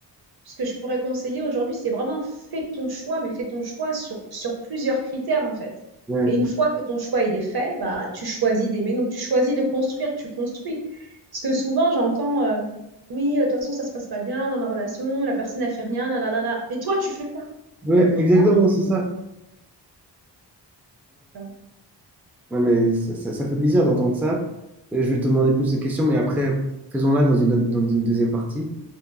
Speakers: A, on the right (about 60°); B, in the centre.
A: ce que je pourrais conseiller aujourd'hui, c'est vraiment fais ton choix, mais fais ton choix sur, sur plusieurs critères, en fait.
B: ouais,
A: Et une fois que ton choix il est fait, bah tu choisis d'aimer, donc tu choisis de construire, tu construis. Parce que souvent j'entends, euh, oui, euh, de toute façon ça se passe pas bien dans la relation, la personne n'a fait rien, là là là là. Mais toi tu fais quoi
B: ouais,
A: en fait
B: exactement,
A: Toi tu
B: c'est
A: fais
B: ça.
A: quoi
B: Non, mais ça, ça- ça fait plaisir d'entendre ça. Et Je vais te demander plus de questions, mais après, faisons-la dans une, autre- dans une deuxième partie.